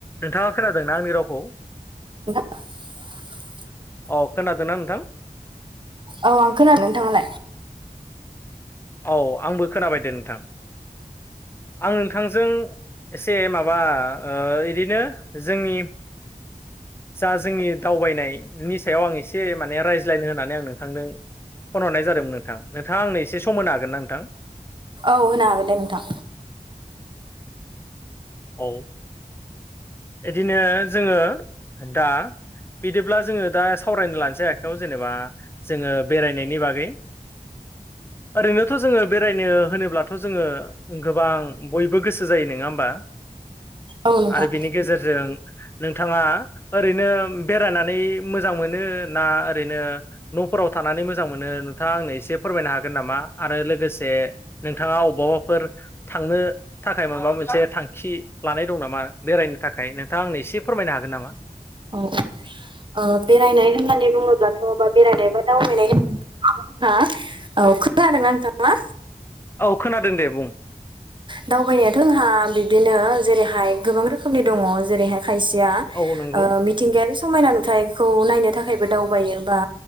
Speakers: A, on the left; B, on the right.
A: नोंथाङा खोनादोंना आंनि रावखौ?
B: <unintelligible>
A: अ खोनादों ना नोंथां?
B: औ आं खोना <inaudible> नोंथाङालाय?
A: औ आंबो खोनाबायदो नोंथां <inaudible> आं नोंथां जों एसे माबा ओ इदिनो जोंनि जा जोंनि दावबायनायनि सायाव आं एसे माने रायज्लायनो होनानै आं नोंथांदों फन हरनाय जादोंमोन नोंथां नोंथाङा आंनो एसे सम होनो हागोन ना नोंथां?
B: औ होनो हागोन दे नोंथां।
A: औ इदिनो जोङो दा बिदिब्ला जोङो दा सावरायनो लानोसै <unintelligible> जेनेबा जोङो बेरायनायनि बागै। ओरैनोथ' जोङो बेरायनो होनोब्लाथ' जोङो गोबां बयबो गोसो जायो नङा होमबा?
B: औ नोंथांं
A: आरो बिनि गेजेरजों नोंथाङा ओरैनो बेरायनानै मोजां मोनो ना ओरैनो न'फोराव थानानै मोजां मोनो नोंथाङा आंनो एसे फोरमायनो हागोन नामा? आरो लोगोसे नोंथाङा अबावबाफोर थांनो थाखाय माबा मोनसे थां खि लानाय दं नामा बेरायनो थाखाय नोंथाङा आंनो एसे फोरमायनो हागोन नामा?
B: औ औ। ओ बेरायनाय होननानै बुङोब्लाथ' बा बेरायनाय बा दावबाय <unintelligible> हा औ खोनादोंना नोंथाङा?
A: औ खोनादों दे बुं।
B: दावबायनायाथ' आंहा बिबदिनो जेरैहाय गोबां रोखोमनि दङ जेरैहाय खायसेया
A: औ नंगौ
B: मिथिंगायारि समायना नुथायखौ नायनो थाखायबो दावबायो बा